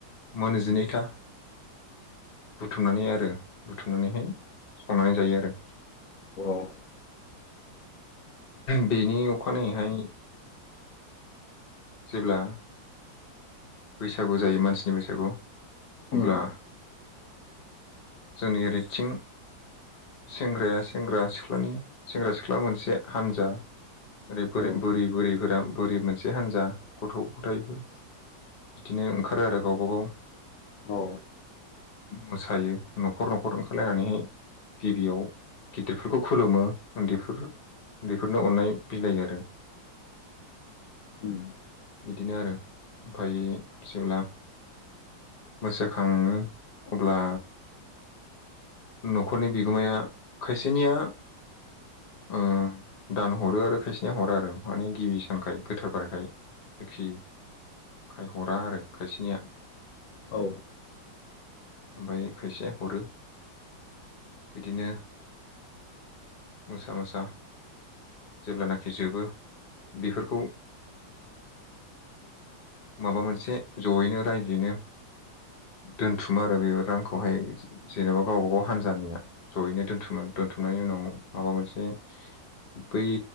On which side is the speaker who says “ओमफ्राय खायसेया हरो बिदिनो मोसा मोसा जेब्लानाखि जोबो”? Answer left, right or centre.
Left